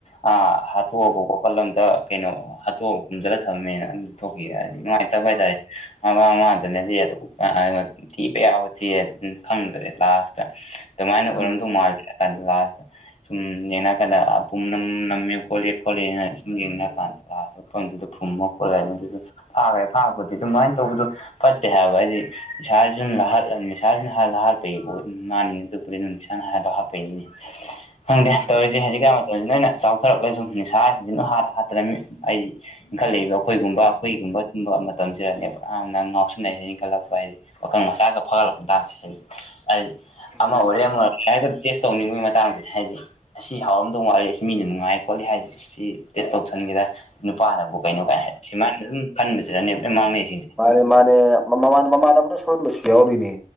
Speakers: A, on the left; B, in the centre.
A: ꯑ ꯍꯥꯠꯇꯣꯛꯑꯒ ꯋꯥꯄꯜꯂꯝꯗ ꯀꯩꯅꯣ ꯍꯥꯠꯇꯣꯛꯑꯒ ꯈꯨꯝꯖꯤꯜꯂꯒ ꯊꯝꯃꯦꯅ ꯊꯣꯛꯈꯤ ꯍꯥꯏꯗꯤ ꯅꯨꯡꯥꯏꯅꯇꯕ
B: ꯎꯝ
A: ꯍꯥꯏꯇꯥꯔꯦ ꯃꯃꯥꯡꯃꯗꯨꯅꯗꯤ ꯑꯗꯨꯝ ꯊꯤꯕ ꯌꯥꯕ ꯊꯤ ꯈꯪꯗ꯭ꯔꯦ ꯂꯥꯁꯇ ꯑꯗꯨꯃꯥꯏꯅ ꯑꯣꯏꯔꯝꯗꯧ
B: ꯎꯝ
A: ꯃꯥꯜꯂꯦ ꯀꯟ ꯂꯥꯁ ꯁꯨꯝ ꯌꯦꯡꯉ ꯀꯥꯟꯗ ꯄꯨꯝꯅꯝ ꯅꯝꯃꯦ ꯈꯣꯠꯂꯦ ꯈꯣꯠꯂꯦꯅ ꯁꯨꯝ ꯌꯦꯡꯅꯔ ꯀꯥꯟꯗ ꯃꯐꯝꯗꯨꯗ ꯐꯨꯝꯃ ꯈꯣꯠꯂꯅꯤ ꯑꯗꯨꯗ ꯐꯥꯈ꯭ꯔꯦ ꯐꯥꯔꯄꯗꯤ ꯑꯗꯨꯃꯥꯏꯅ ꯇꯧꯕꯗꯣ ꯐꯠꯇꯦ ꯍꯥꯏꯕ ꯍꯥꯏꯗꯤ ꯏꯁꯥꯁꯤꯅ ꯅꯤꯁꯥꯁꯤꯅ ꯍꯥꯏꯔ ꯂꯍꯥꯜꯄꯩ ꯏ ꯃꯥꯅꯤ ꯑꯗꯨꯕꯨꯗꯤꯅ ꯅꯤꯁꯥꯅ ꯍꯥꯏꯔ ꯂꯍꯥꯠꯄꯩꯅꯤ
B: <inaudible>
A: ꯈꯪꯗꯦ
B: ꯎꯝ
A: ꯇꯧꯔꯤꯁꯦ ꯍꯧꯖꯤꯛꯀꯥꯟ ꯃꯇꯝꯁꯤꯅ ꯅꯣꯏꯅ ꯆꯥꯎꯊꯔꯛꯂ ꯁꯨꯝ ꯅꯤꯁꯥꯁꯤꯡꯁꯤꯅ ꯍꯥꯔ ꯍꯥꯠꯇꯔꯃꯤ ꯑꯩꯗꯤ ꯏꯟꯈꯠꯂꯛꯏꯕ ꯑꯩꯈꯣꯏꯒꯨꯝꯕ ꯑꯩꯈꯣꯏꯒꯨꯝꯕ ꯁꯨꯝꯕ ꯃꯇꯝꯁꯤꯗꯅꯦꯕ ꯌꯥꯝꯅ ꯉꯥꯎꯁꯤꯟꯅꯩꯔꯤꯁꯦ ꯏꯟꯈꯠꯂꯛꯄ ꯍꯥꯏꯗꯤ ꯋꯥꯈꯪ ꯃꯆꯥꯒ ꯐꯒꯠꯂꯛꯄꯗꯥꯛꯁ ꯍꯥꯏꯗꯤ
B: ꯃꯥꯅꯦ
A: ꯑꯃ ꯑꯣꯏꯔꯦ
B: ꯃꯥꯅꯦ
A: ꯑꯃ ꯍꯥꯏꯦꯛꯇ ꯇꯦꯁ ꯇꯧꯅꯤꯡꯕꯒꯤ ꯃꯇꯥꯡꯁꯦ ꯍꯥꯏꯗꯤ ꯑꯁꯤ ꯍꯥꯎꯔꯝꯗꯧ ꯋꯥꯔꯤꯦ ꯁꯤ ꯃꯤꯅ ꯅꯨꯡꯉꯥꯏ ꯈꯣꯠꯂꯦ ꯍꯥꯏꯁ ꯁꯤ ꯇꯦꯁ ꯇꯧꯁꯤꯟꯒꯦꯗ ꯅꯨꯄꯥꯅꯕꯨ ꯀꯩꯅꯣ
B: ꯃꯥꯅꯦ
A: ꯀꯥꯏꯅ ꯍꯥꯏ
B: ꯃꯥꯅꯦ
A: ꯁꯤꯃꯥꯏꯅ ꯑꯗꯨꯝ ꯈꯟꯕꯁꯤꯗꯅꯦ ꯂꯣꯏꯅ ꯃꯥꯡꯅꯩꯁꯤꯡꯁꯦ
B: ꯃꯥꯅꯦ ꯃꯥꯅꯦ ꯃꯃꯥꯟꯅꯕꯅ ꯁꯣꯟꯍꯣꯟꯕꯁꯨ ꯌꯥꯎꯔꯤꯅꯦ